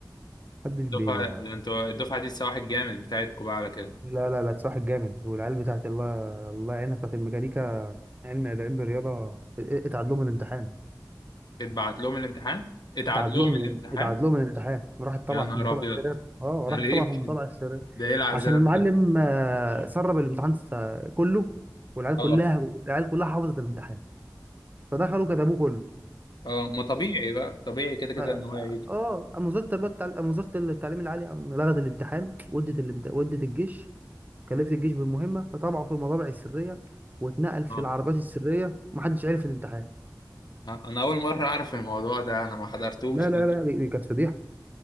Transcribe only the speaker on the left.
الدفعه ده انتوا الدفعه دي السواح الجامد بتاعتكم بقى على كده
اتبعت لهم الامتحان اتعاد
لهم
الامتحان
يا نهار
ابيض
ده
ليه
كده؟
ده ايه العذاب
ده
اه
اه ما طبيعي بقى طبيعي كده كده
ان هو يعيد
اه
آه، انا اول مره اعرف الموضوع ده انا ما حضرتوش
<laughs>